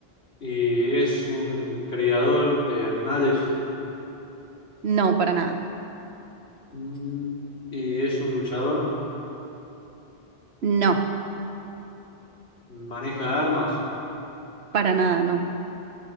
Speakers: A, on the left (about 85°); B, on the right (about 85°).
A: y es un criador de animales.
B: No, para nada.
A: Mm, y es un luchador.
B: No,
A: Maneja armas.
B: para nada, no.